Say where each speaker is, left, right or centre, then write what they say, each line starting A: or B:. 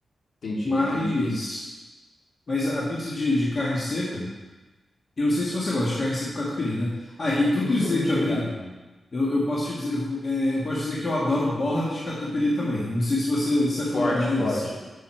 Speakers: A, on the left (about 60°); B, on the left (about 35°).
A: entendi,
B: Mas,
A: entendi.
B: mas a pizza de, de carne seca. Eu não sei se você gosta de carne seca com catupiry, né? Ah, e tudo
A: Não sou
B: isso
A: muito
B: aí também,
A: chegado, não.
B: eu, eu posso te dizer, eu, é, eu posso dizer que eu adoro borda de catupiry também. Eu não sei se você se é
A: Forte,
B: contrário
A: forte.
B: a isso.